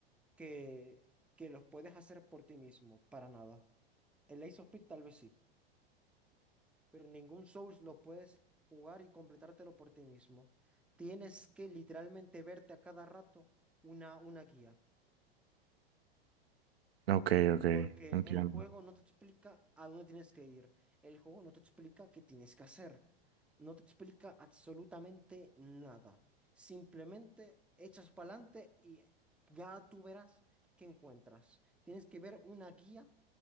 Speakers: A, in the centre; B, on the right (about 75°).
A: que, que los puedes hacer por ti mismo, para nada. El Ace of Spades tal vez sí, pero ningún Souls lo puedes jugar y completártelo por ti mismo. Tienes que literalmente verte a cada rato una, una guía,
B: Ok, ok,
A: porque
B: entiendo.
A: el juego no te explica a dónde tienes que ir, el juego no te explica qué tienes que hacer, no te explica absolutamente nada. Simplemente echas para adelante y ya tú verás qué encuentras. Tienes que ver una guía